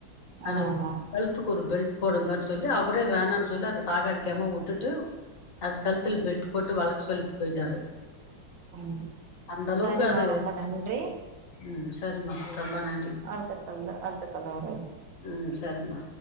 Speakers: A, on the left (about 45°); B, on the right (about 65°).
A: ஹலோ
B: ஆமா
A: கழுத்துக்கு ஒரு பெல்ட் போடுங்கனு சொல்லி அவுரே வேணானு சொல்லி அத சாக அடிக்காம விட்டுட்டு அது கலுத்துல பெல்ட் போட்டு வளக் சொல்லிட்டு போயிட்டாரு
B: ம்
A: அந்த அளவுக்கு
B: சரிமா
A: அது
B: ரொம்ப நன்றி
A: ம் சரிமா ரொம்ப நன்
B: அடுத்த கால்ல அடுத்த கால்ல வரேன்
A: ம் சரிமா